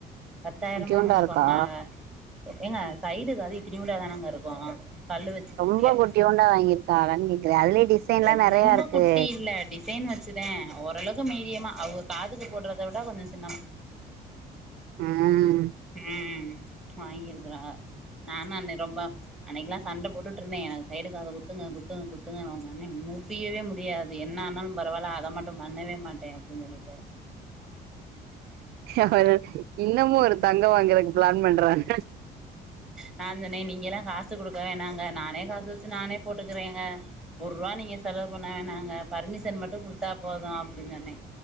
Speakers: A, in the centre; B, on the right.
A: பத்தாயிரமா
B: குட்டியூண்டா
A: என்னமோ
B: இருக்கா
A: சொன்னாங்க ஏங்க சைடுக் காது இத்துனுடா தானேங்க இருக்கோ கல்லு வெச்சு குட்டியா
B: ரொம்ப குட்டியூண்டா வாங்கியிருக்காளான்னு கேக்குறே அதுலயே டிசைன்லாம்
A: ரொம்ப
B: நெறையா இருக்கு
A: குட்டி இல்ல டிசைன் வச்சுதா ஓரளவுக்கு மீடியமா அவங்க காதுக்கு போடறதை விட கொஞ்சம் சின்னம்
B: ம் ம்
A: ம் வாங்கிருக்குளா நானும் அந்த ரொம்ப அன்னைக்கில்லா சண்ட போட்டுட்டு இருந்தேன் எனக்கு சைடுக் காது குத்துங்க குத்துங்க குத்துங்கனு சொன்ன முடியவே முடியாது அது என்ன ஆனாலும் பரவாயில்ல அத மட்டும் பண்ணவே மாட்டே அப்டின் சொல்லிடாரு
B: அவரு இன்னமு ஒரு தங்கம் வாங்கறதுக்கு பிளான் பண்றாங்
A: நா சொன்னே நீங்க எல்லா கா சு குடுக்க வேணாங்க நானே காசு வெச்சு நானே போட்டுக்கறேங்க ஒர்ருவா நீங்க செலவு பண்ண வேணுங்க பர்மிஷன் மட்டும் குடுத்தா போதும் அப்டின் சொன்னே